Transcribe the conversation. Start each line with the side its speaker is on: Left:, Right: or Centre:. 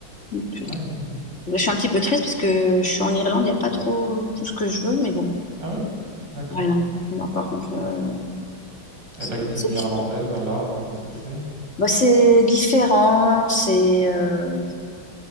Left: Donc, euh,
Right: Ouais, oui, oui.
Left: là, Je suis un petit peu triste parce que je suis en Irlande, il n'y a pas trop tout ce que je veux, mais bon.
Right: Ah oui, d'accord.
Left: Ouais, non. Non, par contre, euh, c'est
Right: Et la cuisine
Left: c'est
Right: irlandaise
Left: différent.
Right: alors, euh, qu'est-ce que c'est?
Left: Bah, c'est différent, c'est euh,